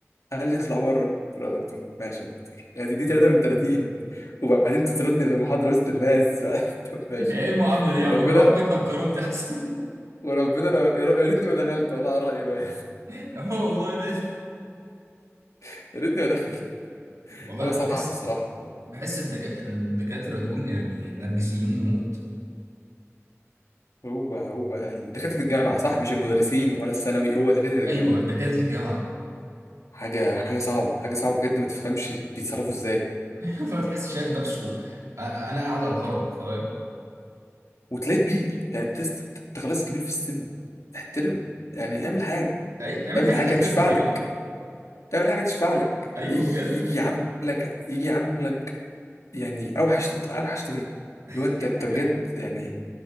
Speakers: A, on the left; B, on the right.
A: قال لي اطلع بره قلت له يا دكتور ماشي يا دكتور يعني تدي 3 من 30 وبعدين تطردني من المحاضره وسط الناس <laughs> طب ماشي
B: ايه المعامله دي يا
A: وربنا
B: عم انا اروح بيتنا بكرامتي احسن
A: وربنا لو يا ريتني ما دخلت والله على رايي الواد
B: <laughs> اه والله ده
A: <laughs> يا ريتني ما دخلت
B: والله
A: هو صعب
B: أنا بحس
A: بصراحه
B: بحس الدك... الدكاتره دول يعني نرجسيين موت
A: هو هو ال- دكاترة الجامعة صح مش المدرسين ولا الثانوي هو دكاترة
B: ايوه
A: الجامعة
B: دكاتره الجامعه
A: حاجة حاجة صعبة حاجة صعبة بجد ما تفهمش بيتصرفوا ازاي
B: <laughs> فتحس شايف نفسه أ- انا اعلى الهرم فاهم
A: وتلاقيه كبير يعني تست انت خلاص كبير في السن احترم يعني اعمل حاجة
B: أي- اعمل
A: اعمل
B: حاجه
A: حاجة
B: لاخرتك
A: تشفع
B: يا
A: لك
B: عم
A: اعمل حاجة تشفع لك
B: ايوه
A: يجي
B: بجد
A: يجي يعاملك يجي يعاملك يعني اوحش اوحش طريقة
B: <laughs>
A: اللي هو انت انت بجد يعني